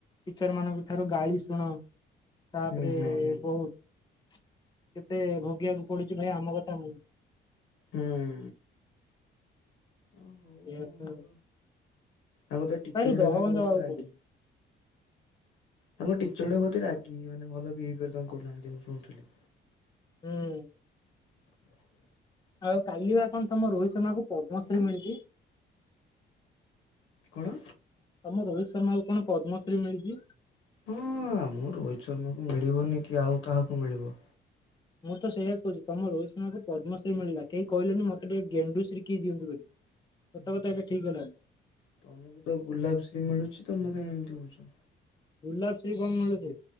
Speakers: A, on the left; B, on the left.
A: ଟିଚରମାନଙ୍କଠାରୁ ଗାଳି ଶୁଣ। ତାପରେ-ଏ-ଏ-ଏ
B: ହୁଁ ହୁଁ ହୁଁ
A: ବହୁତ୍, କେତେ ଭୋଗିବାକୁ ପଡୁଛି ଭାଇ ଆମ କଥା ମୁଁ।
B: ହୁଁ। ଓହୋଃ।
A: ସେଇଆ ତ
B: ଆଉ ତୋ ଟିଚରଗୁଡାକ
A: ଭାରି ଦହଗଞ୍ଜ
B: ବି ବହୁତ୍
A: ହବାକୁ
B: ରାଗି।
A: ପଡୁଛି।
B: ତାଙ୍କ ଟିଚରଗୁଡା ବହୁତ ରାଗି ମାନେ ଭଲ ବିହେଭିୟର ଜମା କରୁନାହାନ୍ତି ମୁଁ ଶୁଣୁଥୁଲି।
A: ହୁଁ। ଆଉ କାଲି ବା କଣ ତମ ରୋହିତ ଶର୍ମାଙ୍କୁ ପଦ୍ମଶ୍ରୀ
B: ଉଁ
A: ମିଳିଛି?
B: କଣ?
A: ତମ ରୋହିତ ଶର୍ମାକୁ କଣ ପଦ୍ମଶ୍ରୀ ମିଳିଛି।
B: ହଁ ଆମ ରୋହିତ ଶର୍ମାକୁ ମିଳିବନି କି ଆଉ କାହାକୁ ମିଳିବ?
A: ମୁଁ ତ ସେଇଆ କହୁଛି ତମ ରୋହିତ ଶର୍ମାକୁ ପଦ୍ମଶ୍ରୀ ମିଳିଲା କେହି କହିଲେନି ମୋତେ ଟିକେ ଗେଣ୍ଡୁଶ୍ରୀ କିଏ ଦିଅନ୍ତୁ ବୋଲି। ସତ
B: ନା
A: କଥା ଏଇଟା ଠିକ ହେଲାନି।
B: ତମକୁ ତ ଗୁଲାପଶ୍ରୀ ମିଳୁଛି ତମେ କାଇଁ ଏମିତି ହଉଛ?
A: ଗୁଲାପଶ୍ରୀ କଣ ମିଳୁଛି,